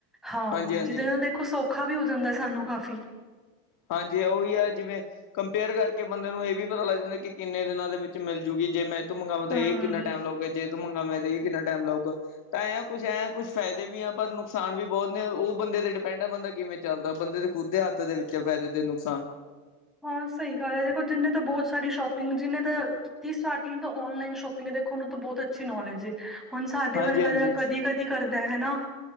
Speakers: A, in the centre; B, on the left (about 45°).
A: ਹਾਂ
B: ਹਾਂਜੀ-ਹਾਂਜੀ,
A: ਜਿਹਦੇ
B: ਹਾਂਜੀ
A: ਨਾਲ ਦੇ ਸੌਖਾ ਵੀ ਹੋ ਜਾਂਦਾ ਹੈ ਸਾਨੂੰ ਕਾਫੀ।
B: ਹਾਂਜੀ, ਉਹੀ ਹੈ ਜਿਵੇਂ ਕੰਪੇਅਰ ਕਰਕੇ ਬੰਦੇ ਨੂੰ ਇਹ ਵੀ ਪਤਾ ਲੱਗ ਜਾਂਦਾ ਕਿ ਕਿੰਨੇ ਦਿਨਾਂ ਦੇ ਵਿੱਚ ਮਿਲਜੂਗੀ। ਜੇ ਮੈਂ ਇਹਤੋਂ ਮੰਗਾਂਵਾ
A: ਹਮ
B: ਤੇ ਇਹ ਕਿੰਨਾ ਟਾਈਮ ਲਊਗਾ ਜੇ ਇਹਤੋਂ ਮੰਗਾਂਵਾ ਤੇ ਇਹ ਕਿੰਨਾ ਟਾਈਮ ਲਊਗਾ। ਤਾਂ ਐਂ ਕੁਛ ਐਂ ਕੁਛ ਫਾਇਦੇ ਵੀ ਆ, ਪਰ ਨੁਕਸਾਨ ਵੀ ਬਹੁਤ ਨੇ। ਉਹ ਬੰਦੇ ਤੇ ਡਿਪੈਂਡ ਆ ਬੰਦਾ ਕਿਵੇਂ ਚੱਲਦਾ ਬੰਦੇ ਦੇ ਖੁਦ ਦੇ ਹੱਥ ਦੇ ਵਿੱਚ ਹੈ, ਫਾਇਦੇ ਤੇ ਨੁਕਸਾਨ।
A: ਹਾਂ ਸਹੀ ਗੱਲ ਹੈ, ਦੇਖੋ ਜਿੰਨੇ ਤਾਂ ਬਹੁਤ ਸਾਰੀ ਸ਼ੋਪਿੰਗ, ਜਿੰਨੇ ਤਾਂ ਜੇ ਸਟਾਰਟਿੰਗ ਤੋਂ ਔਨਲਾਈਨ ਸ਼ੋਪਿੰਗ ਹੈ, ਦੇਖੋ ਨੂੰ ਤਾਂ ਬਹੁਤ ਅੱਛੀ ਨੌਲੇਜ ਹੈ। ਹੁਣ ਸਾਡੇ
B: ਹਾਂਜੀ-ਹਾਂਜੀ,
A: ਵਰਗਾ ਜਿਹੜਾ ਕਦੀ ਕਦੀ ਕਰਦਾ ਹੈਨਾ,